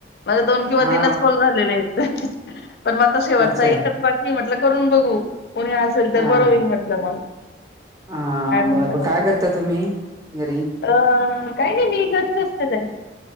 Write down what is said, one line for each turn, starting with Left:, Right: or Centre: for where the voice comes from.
Left: म्हणजे दोन किंवा
Right: हा
Left: तीनच कॉल झालेले आहेत. पण मग आता शेवटचा
Right: अच्छा
Left: एकच बाकीय म्हटलं करून बघू,, कोणी असेल
Right: हा
Left: तर बरं होईल म्हटलं मग..
Right: हा, बरं
Left: म्हणता
Right: बर काय
Left: बाकी
Right: करताय तुम्ही? घरी
Left: अऽऽ काय नाही मी घरीच असते जाई